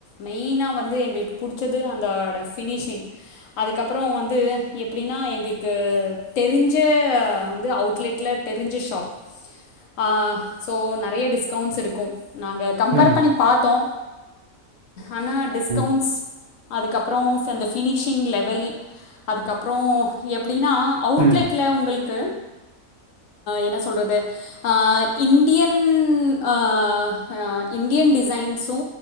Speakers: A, on the left; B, on the right.
A: மெய்னா வந்து எங்களுக்கு புடிச்சது அந்தோட ஃபினிஷிங் அதுக்கப்புறம் வந்து எப்டின்னா எங்களுக்கு தெரிஞ்சே வந்து அவுட்லெட்ல தெரிஞ்ச ஷாப்
B: ஆ
A: ஆஹ் ஸோ நிறைய டிஸ்கவுண்ட்ஸ் இருக்கு நாங்க கம்பேர்
B: ம்.
A: பண்ணி பாத்தோ ஆனா டிஸ்கவுண்ட்ஸ்
B: ம்.
A: அதுக்கப்றோ அந்த ஃபினிஷிங் லெவல் அதுக்கப்றோ எப்டின்னா அவுட்லெட்ல
B: ம்.
A: உங்களுக்கு என்ன சொல்றது ஆஹ் இண்டியன் ஆஹ் இண்டியன் டிசைன்ஸு